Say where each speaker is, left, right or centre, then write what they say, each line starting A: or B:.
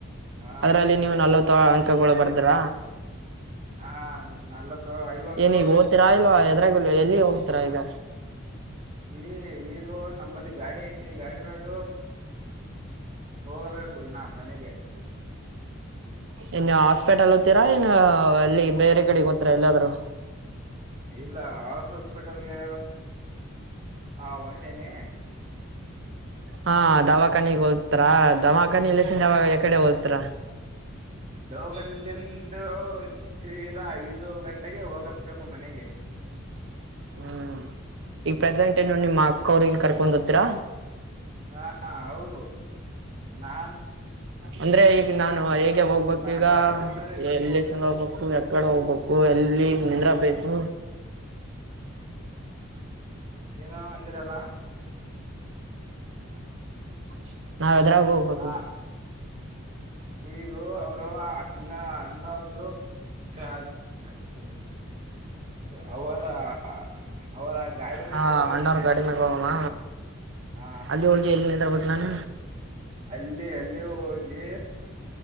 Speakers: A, on the right; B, on the right.
A: ಹಾ
B: ಅದರಲ್ಲಿ ನೀವು ನಲ್ವತ್ತು ತಗೊಳ್ ಬರ್ದ್ರ
A: ಹಾ ನಲ್ವತ್ತು ಐವತ್ತು
B: ಏನೀಗ ಓತಿರ ಇಲ್ಲಾವಾ ಅಂದ್ರಲ್ಲ ಎಲ್ಲಿ ಹೋಗ್ತಾರ ಈಗ
A: ಈ ಈಗ ನಂಬಲ್ಲಿ ಗಾಡಿ ಐತೆ ಗಾಡಿ ಮಾಗ ಹೋಗಬೇಕು ಇನ್ನ ಮನೆಗೆ
B: ಇನ್ನು ಹಾಸ್ಪೆಟಲ್ ತೀರಾ ಇಏನ್ ಅಲ್ಲಿ ಬೇರೆ ಕಡೆಗೆ ಹತೀರಾ ಎಲ್ಲಾದ್ರೂ
A: ಇಲ್ಲ ಹಾಸ್ಪಿಟಲ್ ಗೆ ಆ ಒಂಟೆನೆ
B: ಹಾ ದವಾಖಾನಿಗ್ ಹೋತಾರ ದವಾಖಾನಿ ಇಲ್ಲಸಾವಾಗ ಕಡೆ ಹೋಲ್ತರ
A: ತೋಗನಲ್ಲಿಂದು ಸೀದಾ ಐದು ಗಂಟೆಗೆ ಹೋಗಬೇಕು ಮನೆಗೆ
B: ಹ್ಮ್ ಈಗ ಪ್ರೆಸೆಂಟ್ ಏನು ನಿಮ್ಮ ಅಕ್ಕವ್ರಿಗೆಗ ಕರ್ಕೊ ಹತ್ತೀರಾ
A: ಹಾ ಹೌದು ನಾ
B: ಅಂದ್ರೆ ಈಗ ನಾನು ಹೇಗೆ
A: ನನ್ನ
B: ಹೋಗ್ಬೇಕ್ ಈಗ
A: ಗಾಡಕಂತಂದ್ರೆ ನೀವು
B: ಎಲ್ಲಿ ತನ್ನ ದ ಹೋಗ್ಬೇಕ ಯಕಡೆ ಹೋಗ್ಬೇಕು ಎಲ್ಲಿ ನಿಂದ್ರ ಬೇಕು
A: ಏನೋ ಅಂದಿರಲ್ಲ
B: ಹ <inaudible> ನಾವ್ ಅದ್ರಾಗ ಹೋಗ್ಬೇಕು
A: ಆ ಈಗ ಅಣ್ಣ ಅಣ್ಣ ಅವ್ರ್ದು <unintelligible> ಹ್ಮ <inaudible> ಅವರ ಹ ಅವರ ಗಾಡಿ ಮ್ಯಾಗ
B: ಹಾ
A: ಅವರೇ
B: ಅಣ್ಣವ್ರ
A: ನೀವನು
B: ಗಾಡಿ ಮಾಗ ಹೋಗಮ್ಮ
A: ಹ
B: ಅಲ್ಲಿ ಹೋಗಿ ಎಲ್ಲಿ ನಿಂದ್ರೂ ಬೇಕ್ ನಾನ
A: ಅಲ್ಲಿ ಅಲ್ಲಿ ಹೋಗಿ